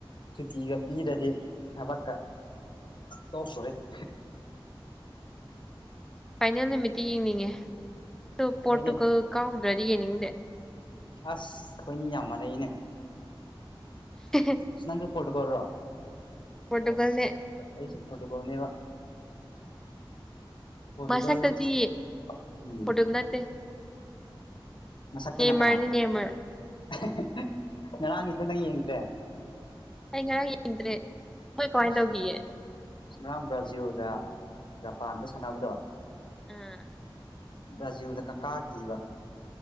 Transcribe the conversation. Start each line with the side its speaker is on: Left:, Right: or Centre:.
Left: ꯁꯨꯇꯤꯒ ꯄꯤꯔꯗꯤ ꯊꯕꯛꯀ ꯇꯣꯛꯈꫭꯍꯦ <unintelligible>
Centre: ꯐꯥꯏꯅꯦꯜ ꯅꯨꯃꯤꯠꯇꯤ ꯌꯦꯡꯅꯤꯡꯉꯦ ꯑꯗꯨ ꯄꯣꯔꯇꯨꯒꯜ
Left: ꯍꯣꯏꯅꯦ
Centre: ꯀꯥꯎꯗ꯭ꯔꯗꯤ ꯌꯦꯡꯅꯤꯡꯗꯦ
Left: ꯑꯥꯁ ꯑꯈꯣꯏꯅꯤ ꯌꯥꯝ ꯃꯥꯅꯩꯅꯦ
Centre: <unintelligible>
Left: ꯑꯁ ꯅꯪꯁꯨ ꯄꯣꯔꯇꯨꯒꯜꯔꫭ
Centre: ꯄꯣꯔꯇꯨꯒꯜꯅꯦ
Left: ꯑꯁ ꯑꯩꯁꯨ ꯄꯣꯔꯇꯨꯒꯜꯅꯦꯕ ꯄꯣꯔꯇꯨꯒꯜꯁꯤ
Centre: ꯃꯁꯛꯇꯗꯤ
Left: ꯎꯝ
Centre: <unintelligible> ꯅꯠꯇꯦ
Left: ꯃꯁꯛꯇꯅ
Centre: ꯅꯦꯃꯔꯅꯤ
Left: ꯀꯅꯥ
Centre: ꯅꯦꯃꯔ
Left: <unintelligible> ꯉꯔꯥꯡꯒꯤꯗꫭ ꯅꯪ ꯌꯦꯡꯗ꯭ꯔꯦ
Centre: ꯑꯩ ꯉꯔꯥꯡ ꯌꯦꯡꯗ꯭ꯔꯦ ꯃꯣꯏ ꯀꯃꯥꯏꯅ
Left: ꯑꯥꯁ
Centre: ꯇꯧꯈꯤꯒꯦ
Left: ꯉꯔꯥꯡ ꯕ꯭ꯔꯥꯖꯤꯜꯗ ꯖꯄꯥꯟꯗ ꯁꯥꯟꯅꯕꯗꯣ
Centre: ꯑ
Left: ꯕ꯭ꯔꯖꯤꯜꯅ ꯀꯥꯈꯤꯕ